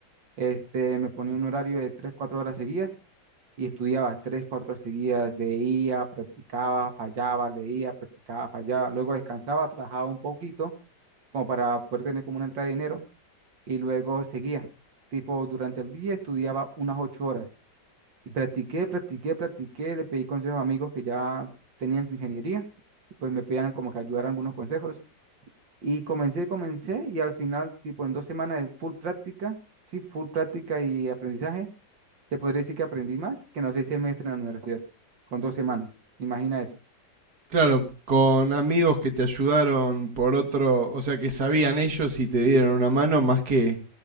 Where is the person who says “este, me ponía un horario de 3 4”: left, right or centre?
Right